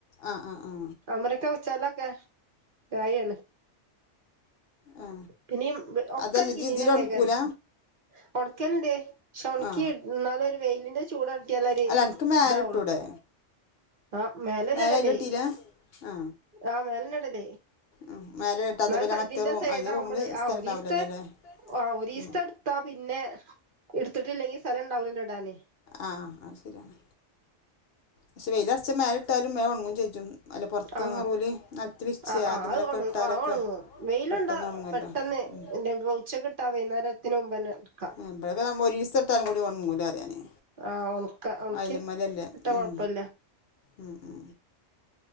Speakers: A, on the left; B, on the right.
A: ആ ആ ആ
B: അമരക്ക വച്ചാലൊക്കെ വായയാണ്
A: ആ
B: പിന്നീ ഒകെ
A: അതല്ല
B: ഒരു
A: ഇജ്ജ്
B: കിനിവലേകാരം
A: ഇതിൽ ഉണക്കൂല
B: ഉണക്കലണ്ടേ പക്ഷെ ഉണക്കി
A: ആ
B: ഇ എന്നാല ഒരു വെയിലിന്റെ ചൂട് തട്ടിയാലേ ഒരു
A: അല്ല എനിക്ക് മേലെ
B: ഇതാവുള്ളൂ
A: ഇട്ടൂടെ
B: ആഹ മേലനടല്ലേ
A: മേലെ അയിലിട്ടീല ആ
B: ആ മേലെന്ന ഇടൽ
A: ഉം മേലെ ഇട്ട് അതുപോലെ
B: എന്ന
A: മറ്റേ
B: ഇതിന്റെ
A: റൂം
B: സൈഡ്
A: അതില്
B: ആകുമ്പോളേ
A: റൂമില് സ്ഥലം
B: ആ ഒരിസ്‌തെ
A: ഉണ്ടാവില്ലല്ലോ അല്ലേ
B: ആ ഒരിസ്തെ
A: ഉം
B: ത്താ പിന്നെ എടുത്തിട്ടില്ലെങ്കിൽ സ്ഥലം ഉണ്ടാവലല്ല ഇടാനേ
A: ആ അത് ശരിയാണ് പക്ഷ വെയില അർച്ച മേലേ ഇട്ടാലും വേം ഉണങ്ങും ചെയ്യും റ്റും അല്ല പുറത്ത്
B: ആഹ്
A: നിറവൽ നിലത്തി വിരിച്ച്
B: ആഹ് ആഹ്
A: അതമ്മലൊക്കെ
B: അത് ഒണ
A: ഇട്ടാലൊക്കെ
B: ആഹ് ഒണങ്ങും വെയിലുണ്ടാ
A: പെട്ടെന്ന് ഉണങ്ങുമല്ലോ?
B: പെട്ടെന്ന്
A: ഉം
B: നനച്ചൊക്കെ ഇട്ടാ വൈകുന്നേരത്തിന് മുമ്പ് ന്നെ എടുക്കാ
A: എ ഇഴക്കെുമ്പൾ ഒരു ഇസ് ഇട്ടാനും കൂടി കൊ മൂല അറിയാനേ
B: ആഹ് ഒണക്ക ഒണക്കി
A: അയലമ്മലല്ലേ
B: ഇട്ടാ
A: ഉം
B: കൊഴപ്പല്ല
A: ഉം ഉ